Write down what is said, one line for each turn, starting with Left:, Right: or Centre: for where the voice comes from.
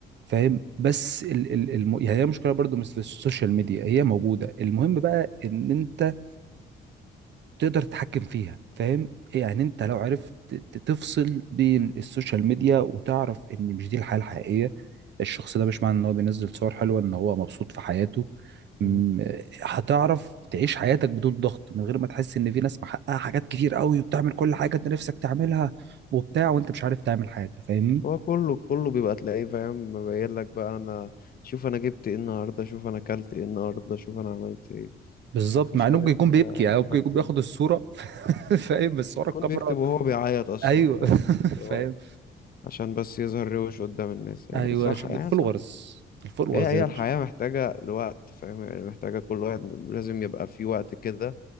Right: فاهم بس ال ال الم... يعني هي مشكله برضو مش في السوشيال ميديا هي موجوده المهم بقى ان انت تقدر تتحكم فيها فاهم يعني انت لو عرفت ت- تفصل بين السوشيال ميديا وتعرف ان مش دي الحياه الحقيقيه الشخص ده مش معنى ان هو بينزل صور حلوه ان هو مبسوط في حياته م-
Left: مم.
Right: هتعرف تعيش حياتك بدون ضغط من غير ما تحس ان في ناس محققه حاجات كتير قوي وبتعمل كل حاجه انت نفسك تعملها وبتاع وانت مش عارف تعمل حاجه فاهمني
Left: هو كله كله بيبقى تلاقيه فاهم مبين لك بقى انا شوف انا جبت ايه النهارده شوف انا اكلت ايه النهارده شوف انا عملت ايه
Right: بالظبط
Left: شوف مش
Right: مع انه
Left: عارف
Right: ممكن يكون
Left: آه،
Right: بيبكي يعني
Left: انا خرجت
Right: هو ممكن يكون بياخد
Left: إيه.
Right: الصوره <laughs> فاهم بس ورا
Left: يكون
Right: الكاميرا
Left: بيكتب وهو بيعيط اصلا
Right: ايوه
Left: فاهم
Right: <laughs>
Left: هو
Right: فاهم
Left: عشان بس يظهر روش قدام الناس يعني
Right: ايوه
Left: صح
Right: عشان
Left: يعني
Right: الفولورز
Left: صح
Right: الفولورز
Left: هي هي
Right: يا باشا
Left: الحياة محتاجة لوقت فاهم يعني محتاجة كل واحد لازم يبقى في وقت كده